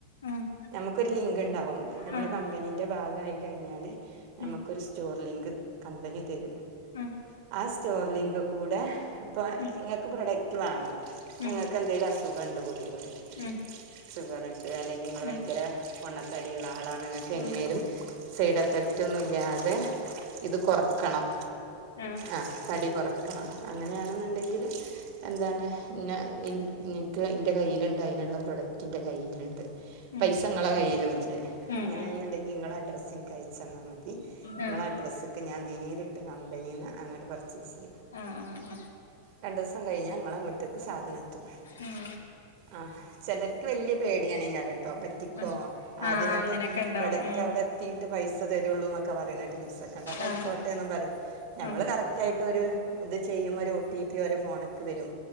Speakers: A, on the left (about 70°); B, on the right (about 45°).
A: ഉം
B: നമുക്കൊരു ലിങ്ക് ഉണ്ടാവും നമ്മുടെ
A: ആഹ്
B: കമ്പനീന്റെ ഭാഗമായി കഴിഞ്ഞാല് നമുക്കൊരു
A: ഉം
B: സ്റ്റോർ ലിങ്ക് കമ്പനി തരും
A: ഉം
B: ആ സ്റ്റോർ ലിങ്ക് കൂടെ ഇപ്പോൾ
A: ഉം
B: നിങ്ങൾക്ക് പ്രൊഡക്റ്റ് വേണം
A: ഉം
B: നിങ്ങൾക്ന്തേലും - കണ്ട് പോയി പൊളി
A: ഉം
B: ഷുഗർ ഉണ്ട് അല്ലെങ്കിൽ നിങ്ങൾ
A: ഉം ഉം
B: ഭയങ്കര പൊണ്ണത്തടിയുള്ള ആളാണ് നിങ്ങൾക്ക് എങ്ങനെയെലും
A: ഉം ഉം
B: സൈഡ് എഫക്റ്റ് ഒന്നും ഇല്ലാതെ ഇത് കുറക്കണം
A: ആഹ്
B: ആ തടി കുറക്ക വയ്ക്കണം അങ്ങനെയാണെന്നുണ്ടെങ്കിൽ എന്താണ് പിന്നെ എനിക്ക് എൻ്റെ കയ്യിലുണ്ട് അതിനുള്ള പ്രൊഡക്റ്റിൻ്റെ കയ്യിലുണ്ട്
A: ഉം
B: പൈസ നിങ്ങളെ കൈലുണ്ട്
A: ഉം
B: അങ്ങനെയാന്നുണ്ടാക്കിലെ
A: ഉം
B: നിങ്ങളാ അഡ്ഡ്രസ് എനിക്ക് അയച്ച് തന്നാൽ മതി നിങ്ങളാ
A: ആഹ്
B: അഡ്രസ്സിക്ക് ഞാൻ നേരിട്ട് കമ്പനിന്ന് അങ്ങട്ട് ഫാസ്റ്റ് ഈസി
A: ആഹ് ആഹ്
B: രണ്ട് ദിവസം കഴഞ്ഞാൽഞങ്ങളെ വിട്ട സാധനെത്തും
A: ആഹ്
B: അഹ് ചിലർക്ക് വല്ല്യ പേടിയാണ് ഇങ്ങടിട്ടോ പറ്റിക്കോ
A: ആഹ്
B: അതെന്നിട്ട്
A: ആഹ് അങ്ങനെയൊക്കെ ഉണ്ടാവും
B: പ്രോഡക്റ്റ്
A: ഉം
B: അവിടെത്തി പൈസ് പൈസതരുള്ളൂന്ന് എന്നൊക്കെ പറയണേട്ട് ഇൻസക്ക ആയിക്കോട്ടെന്നും
A: ആഹ് ആഹ്
B: പറയും ഞമ്മൾ
A: ഉം
B: കറക്റ്റ് ആയിട്ട് ഒരു ഇത് ചെയ്യുമ്പ ഒരു ഓ ടി പി ഫോൺ ക്ക് വരും